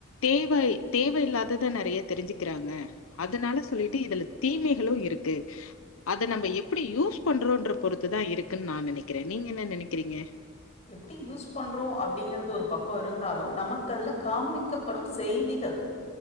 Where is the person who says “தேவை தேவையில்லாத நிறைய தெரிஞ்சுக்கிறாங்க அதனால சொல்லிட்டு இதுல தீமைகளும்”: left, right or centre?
Left